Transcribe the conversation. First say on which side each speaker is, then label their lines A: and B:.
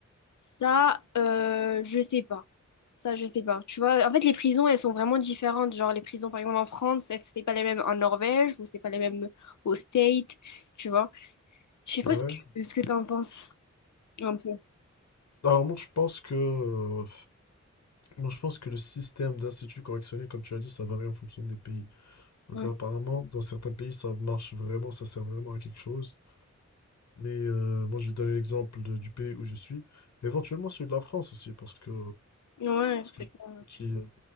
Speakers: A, on the left (about 80°); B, on the left (about 65°).
A: Ça, euh, je sais pas. Ça, je sais pas. Tu vois, en fait, les prisons, elles sont vraiment différentes. Genre, les prisons, par exemple, en France, elles- c'est pas les mêmes en Norvège ou c'est pas les mêmes au State, tu vois. Je sais pas
B: Ouais.
A: ce que, ce que t'en penses, un peu.
B: Alors moi, je pense que, euh, moi, je pense que le système d'instituts correctionnels, comme tu as dit, ça varie en fonction des pays. Donc
A: Mm.
B: apparemment, dans certains pays, ça marche vraiment, ça sert vraiment à quelque chose. Mais euh, moi, je vais donner l'exemple de- du pays où je suis. Éventuellement celui de la France aussi, parce que...
A: Ouais,
B: Parce
A: c'est
B: que
A: pas...
B: qui, euh,